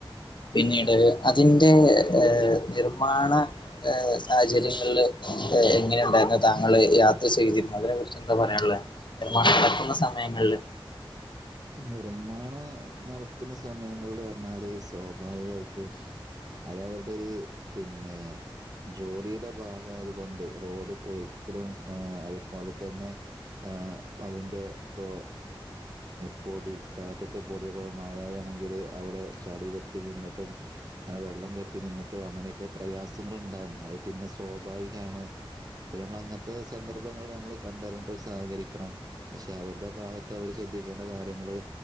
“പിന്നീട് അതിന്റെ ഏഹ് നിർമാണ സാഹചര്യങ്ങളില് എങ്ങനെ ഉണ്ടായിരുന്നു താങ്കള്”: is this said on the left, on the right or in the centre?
Left